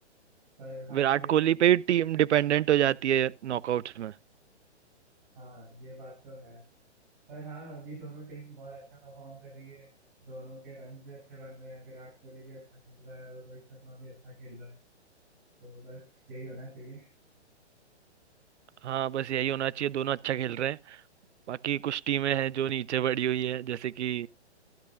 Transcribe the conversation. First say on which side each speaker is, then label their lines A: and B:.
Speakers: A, on the right (about 50°); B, on the right (about 75°).
A: पर हाँ
B: विराट
A: ये
B: कोहली पे ही टीम डिपेंडेंट हो जाती है नॉकआउट्स में
A: हाँ ये बात तो है पर हाँ अभी दोनों टीम बहुत अच्छा परफॉर्म कर रही है दोनों के रन भी अच्छे बन रहे हैं विराट कोहली भी अच्छा खेल रहा है और रोहित शर्मा भी अच्छा खेल रहा है तो बस यही होना चाहिए
B: हाँ बस यही होना चाहिए दोनों अच्छा खेल रहे हैं बाकी कुछ टीमें हैं जो नीचे पड़ी हुई है जैसे कि